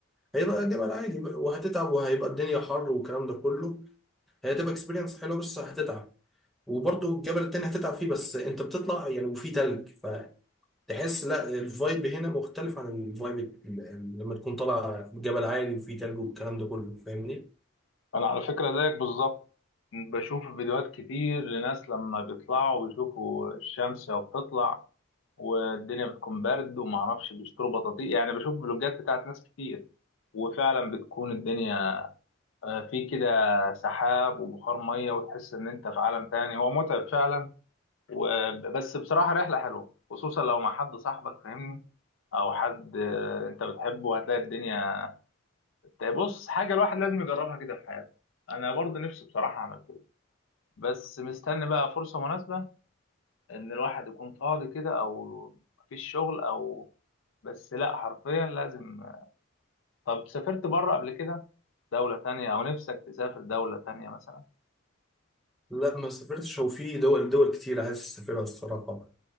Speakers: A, in the centre; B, on the left (about 65°).
A: هيبقى جبل عادي بقى، وهتتعب وهيبقى الدنيا حر والكلام ده كله هي هتبقى اكسبيرينس حلوه بس هتتعب وبرضه الجبل التاني هتتعب فيه بس انت بتطلع يعني وفي تلج فتحس لا الفايب هنا مختلف عن الفايب ال- ال- لما تكون طالع جبل عالي وفي تلج والكلام ده كله فاهمني؟
B: انا على فكره زيك بالظبط بشوف فيديوهات كتير لناس لما بيطلعوا بيشوفوا الشمس بتطلع والدنيا بتكون برد وما اعرفش بيشتروا بطاطيق يعني بشوف فلوجات بتاعت ناس كتير وفعلا بتكون الدنيا آه، في كده سحاب وبخار ميه وتحس ان انت في عالم تاني هو متعب فعلا و- بس بصراحه رحله حلوه خصوصا لو مع حد صاحبك فاهمني او حد آه، انت بتحبه هتلاقي الدنيا طيب بص حاجة الواحد لازم يجربها كده في حياته أنا برضه نفسي بصراحة أعمل كده بس مستني بقى فرصة مناسبة إن الواحد يكون فاضي كده أو مفيش شغل أو بس لا حرفيا لازم طب سافرت بره قبل كده دولة تانية أو نفسك تسافر دولة تانية مثلا
A: لا ما سافرتش هو في دول دول كتير عايز اسافرها الصراحه